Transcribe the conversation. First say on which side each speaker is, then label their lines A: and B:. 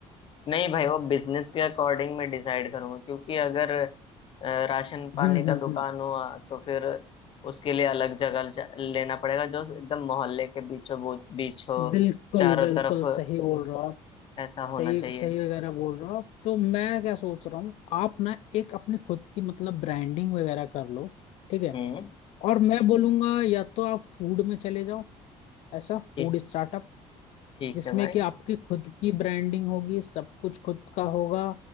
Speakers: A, on the left; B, on the left.
A: नहीं भाई वो बिजनेस के अकॉर्डिंग मैं डिसाइड करूंगा क्योंकि अगर अ, राशन पानी
B: हम्म
A: का
B: हम्म
A: दुकान हुआ तो फिर उसके लिए अलग जगह ज- लेना पड़ेगा जो एकदम मोहल्ले के बीचों बो- बीच हो
B: हम्म। बिल्कुल
A: चारों
B: बिल्कुल
A: तरफ
B: सही बोल रहे हो आप
A: ऐसा
B: सही
A: होना चाहिए
B: सही वगैरह बोल रहे हो आप तो मैं क्या सोच रहा हूँ आप ना एक अपनी खुद की मतलब ब्रांडिंग वगैरह कर लो ठीक है
A: हम्म
B: और मैं बोलूंगा या तो आप फूड में चले जाओ ऐसा फूड
A: ठीक
B: स्टार्टअप
A: ठीक
B: जिसमें
A: है भाई
B: कि आपकी खुद की ब्रांडिंग होगी सब कुछ खुद का होगा